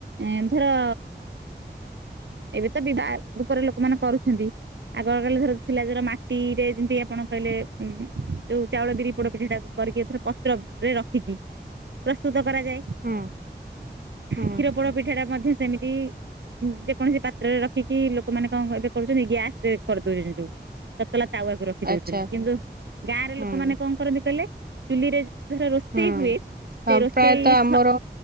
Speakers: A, on the right (about 80°); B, on the right (about 55°).
A: ଏନ୍ଥର ଏବେ ତ ବିବାହ ରୂପରେ ଲୋକମାନେ କରୁଛନ୍ତି ଆଗ କାଳେ ଧର ଥିଲା ଧର ମାଟି ରେ ଯେମିତି ଆପଣ କହିଲେ ଉଁ ଯୋଉ ଚାଉଳ ବିରି ପୋଡ ପିଠା ଟାକୁ କରିକି ଏଥର ପତ୍ର ରେ ରଖିକି ପ୍ରସ୍ତୁତ କରାଯାଏ
B: ହୁଁ ହୁଁ
A: କ୍ଷୀର ପୋଡ ପିଠା ଟା ମଧ୍ୟ ସେମିତି <unintelligible> କୌଣସି ପାତ୍ରରେ ରଖିକି ଲୋକମାନେ କଣ ଏବେ କରୁଛନ୍ତି ଗ୍ୟାସ ରେ କରିଦଉଛନ୍ତି ଯୋଉ ତତଲା ତାୱାକୁ ରଖି ଦଉଛନ୍ତି
B: ଆଚ୍ଛା
A: କିନ୍ତୁ ଗାଁର
B: ହୁଁ
A: ଲୋକମାନେ କଣ କରନ୍ତି କହିଲେ ଚୁଲିରେ ଉଧର ରୋଷେଇ
B: ହୁଁ
A: ହୁଏ
B: ହଁ
A: ସେ ରୋଷଇ
B: ପ୍ରାୟତଃ ଆମର
A: ସ୍